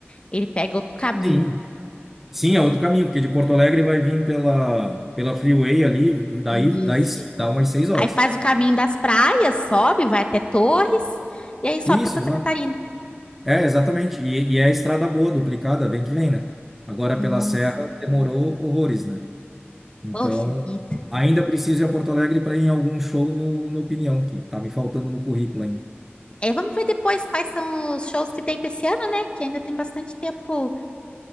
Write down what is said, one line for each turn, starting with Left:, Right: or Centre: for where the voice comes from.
Left: Ele pega outro caminho.
Centre: sim, Sim, é outro caminho, porque de Porto Alegre vai vir pela, pela Freeway ali, daí,
Left: Isso.
Centre: daí sim, dá umas seis horas.
Left: Aí faz o caminho das praias, sobe, vai até Torres e aí sobe
Centre: Isso,
Left: para Santa
Centre: exato.
Left: Catarina.
Centre: É, exatamente. E, e é a estrada boa, duplicada, vem que vem, né? Agora
Left: Sim,
Centre: pela Serra
Left: sim.
Centre: demorou horrores, né? Então,
Left: Poxa vida.
Centre: ainda preciso ir a Porto Alegre para ir em algum show no, no Opinião, que tá me faltando no currículo ainda.
Left: É, vamos ver depois quais são os shows que tem pra esse ano, né? Que ainda tem bastante tempo